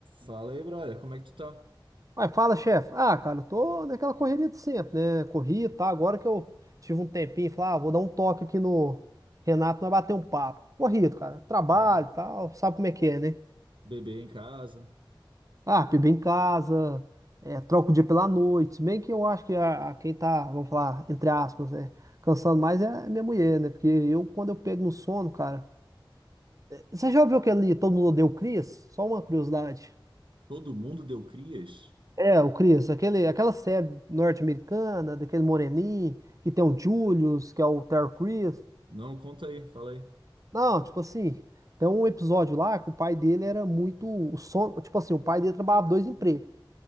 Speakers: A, on the right; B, on the right.
A: Fala aí, brother, como é que tu tá?
B: Mas fala, chefe. Ah, cara, eu tô naquela correria de sempre, né? Corri, tá? Agora que eu tive um tempinho, falei, ah, vou dar um toque aqui no Renato, nós bater um papo. Corrido, cara. Trabalho
A: É.
B: e tal, sabe como é que é, né?
A: Bebê em casa.
B: Ah, bebê em casa, é, troca o dia pela noite. Se bem que eu acho que a, a quem tá, vamos falar, entre aspas, né? Cansando mais é a minha mulher, né? Porque eu, quando eu pego no sono, cara. Você já ouviu aquele Todo Mundo Odeia o Chris? Só uma curiosidade.
A: Todo mundo deu crias?
B: É, o Chris, aquele, aquela série norte-americana, daquele moreninho, que tem o Julius, que é o Terry Crews.
A: Não, conta aí, fala aí.
B: Não, tipo assim, tem um episódio lá que o pai dele era muito. O son... Tipo assim, o pai dele trabalhava dois empregos.